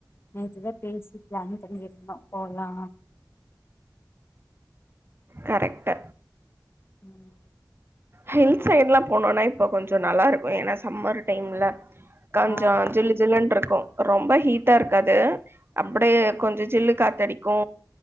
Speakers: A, on the left (about 35°); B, on the right (about 35°).
A: நேற்றுதா பேசி பிளான் பண்ணியிருந்தோம் போலா
B: கரெக்ட்
A: உம்
B: ஹில் சைடு் எல்லாம் போனோனா இப்ப கொஞ்சம் நல்லா இருக்கும் ஏன்னா சம்மர் டைம்ல கொஞ்சம்
A: ஆ
B: ஜில்ஜில்லுன்னு இருக்கும் ரொம்ப ஹீட்டா இருக்காது அப்படியே கொஞ்சம் ஜில்லு காத்தடிக்கு